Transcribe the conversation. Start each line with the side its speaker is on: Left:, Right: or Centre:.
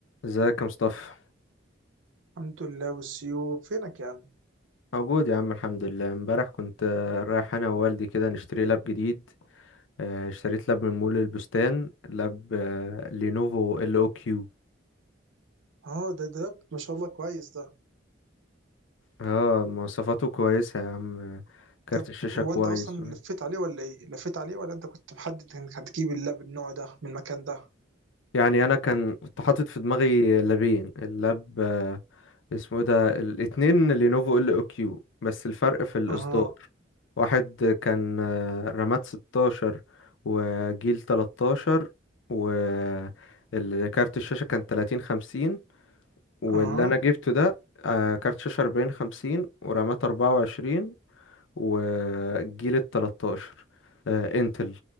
Left: ازيك يا مصطفى
Right: الحمد لله والسيوب فينك يا عم
Left: موجود يا عم الحمد لله امبارح كنت آه، رايح انا ووالدي كده نشتري لاب جديد آه، اشتريت لاب من مول البستان لاب آه، لينوفو ال او كيو
Right: اه ده ده ده ما شاء الله كويس ده
Left: اه مواصفاته كويسة يا عم آه، كارت
Right: طب
Left: الشاشة
Right: هو
Left: كويس
Right: انت اصلا لفيت عليه ولا ايه لفيت عليه ولا انت كنت محدد انك هتجيب اللاب النوع ده من المكان ده
Left: يعني انا كان كنت حاطط في دماغي لابين اللاب آه، اسمه ايه ده الاتنين لينوفو ال او كيو بس الفرق في الاصدار
Right: اها
Left: واحد كان آه، رامات 16 وجيل 13 وكارت الشاشة كان 30 50 واللي
Right: اها
Left: انا جبته ده آه، كارت شاشة 40 50 ورامات 24 والجيل ال 13 آه، انتل